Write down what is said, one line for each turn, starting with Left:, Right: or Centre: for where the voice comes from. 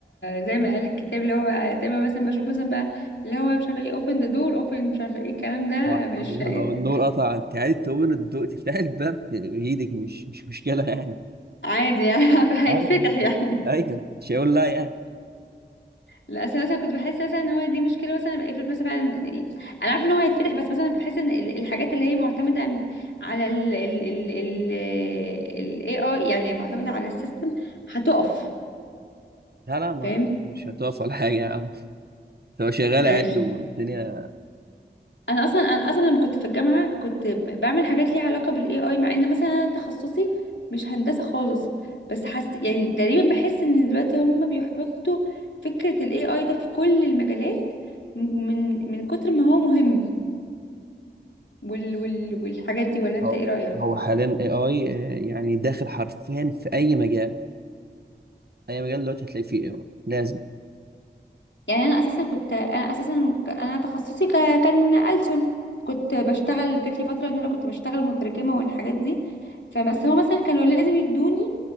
Left: زي ما قال الكتاب اللي هو زي ما مثلا بشوف مثلا بقى اللي هو مش عارفه ايه open the door open مش عارفه ايه الكلام ده
Right: آه،
Left: مش
Right: لو
Left: هي...
Right: النور قطع انت عادي تقوم الضوء تفتح الباب بايدك مش مش مشكله يعني
Left: عادي يعني <laughs>
Right: <laughs>
Left: هيتفتح
Right: ايوه
Left: يعني
Right: ايوه مش هيقول لا يعني
Left: لا أصل أنا مثلا كنت بحس مثلا ان هو دي مشكله مثلا افرض مثلا فعلا يعني انا عارفه ان هو هيتفتح بس مثلا بحس ان ال- الحاجات اللي هي معتمده م- على ال ال ال ال ال AI يعني معتمده على السيستم هتقف
Right: لا لا ما
Left: فاهم
Right: مش هتقف ولا حاجه يا عم هو شغال
Left: ماشي.
Right: عادي والدنيا
Left: انا اصلا انا اصلا لما كنت في الجامعه كنت ب- بعمل حاجات ليها علاقه بالاي اي مع ان مثلا انا تخصصي مش هندسه خالص بس حس يعني تقريبا بحس ان دلوقتي هم بيحطوا فكره الاي اي ده في كل المجالات من من كتر ما هو مهم وال وال والحاجات دي ولا انت
Right: هو
Left: ايه رأيك
Right: هو حاليا اي اي يعني داخل حرفيا في اي مجال اي مجال دلوقتي هتلاقي فيه اي اي لازم
Left: يعني انا اساسا كنت انا اساسا ك- انا تخصصي ك- كان ألسن كنت بشتغل جات لي فترة ان انا كنت بشتغل مترجمة والحاجات دي فبس هو مثلا كانوا لازم يدوني